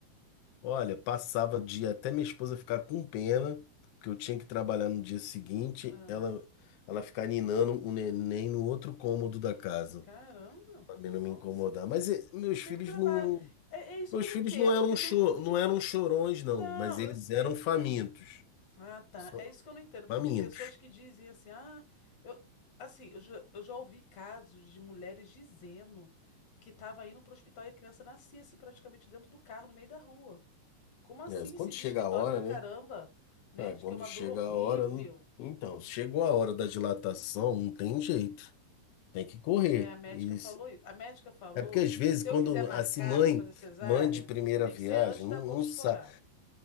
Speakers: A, on the left; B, on the left.
A: Olha, passava dia até minha esposa ficar com pena, porque eu tinha que trabalhar no dia seguinte,
B: Ah,
A: ela ela ficar ninando o neném no outro cômodo da casa,
B: caramba!
A: pra mim
B: Nossa,
A: não me incomodar. Mas eh, meus
B: teve
A: filhos
B: trabalho.
A: não, não-
B: É, é isso
A: meus
B: que eu não
A: filhos
B: entendo,
A: não eram
B: porque
A: cho-
B: tem.
A: não eram chorões não,
B: Não,
A: mas eles
B: eu sei.
A: eram famintos.
B: Hum. Ah, tá.
A: Só-
B: É isso que eu não entendo,
A: famintos.
B: porque tem pessoas que dizem assim, ah, eu. Assim, eu já, eu já ouvi casos de mulheres dizendo que estava indo para o hospital e a criança nascia assim praticamente dentro do carro, no meio da rua. Como assim?
A: É, quando
B: Se diz
A: chega
B: que dói
A: a hora,
B: pra caramba,
A: né?
B: né?
A: Ah,
B: Diz
A: quando
B: que é uma
A: chega
B: dor horrível.
A: a hora, não- então, chegou a hora da dilatação, não tem jeito. Tem que correr.
B: É, a médica
A: E,
B: falou, i- a médica falou
A: É porque às
B: que,
A: vezes
B: que se
A: quando
B: eu quiser marcar
A: assim mãe,
B: para fazer cesárea,
A: mãe de primeira
B: tem
A: viagem,
B: que ser antes
A: não,
B: da bolsa
A: não sa-
B: estourar.